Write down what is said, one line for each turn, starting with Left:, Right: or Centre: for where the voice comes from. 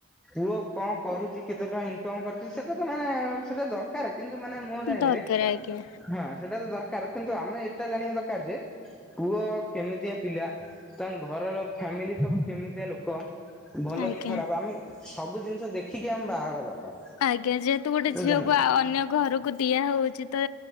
Centre: ପୁଅ କଣ କରୁଚି କେତେ ଟଙ୍କା ଇନକମ୍ କରୁଚି ସେଟା ତ ମାନେ ସେଟା ଦରକାର କିନ୍ତୁ ମାନେ ମୁଁ ଜାଣିବାରେ,
Left: ଦରକାର ଆଜ୍ଞା
Centre: ହଁ ସେଟା ତ ଦର କାର କିନ୍ତୁ ଆମେ ଏଟା ଜାଣିବା ଦରକାର ଯେ ପୁଅ କେମିତିଆ ପିଲା ତାଙ୍କ ଘରର ଫ୍ୟାମିଲି ସବୁ କେମିତିଆ ଲୋ କ ଭଲ
Left: ଆଜ୍ଞା।
Centre: କି ଖରାପ, ଆମେ ସବୁ ଜିନିଷ ଦେଖିକି ଆମେ ବାହାହବା ଦରକାର
Left: ଆଜ୍ଞା। ଯେହେତୁ ଗୋଟେ
Centre: ବୁଝ
Left: ଝିଅକୁ
Centre: ନା।
Left: ଅନ୍ୟ ଘରକୁ ଦିଆହଉଚି ତ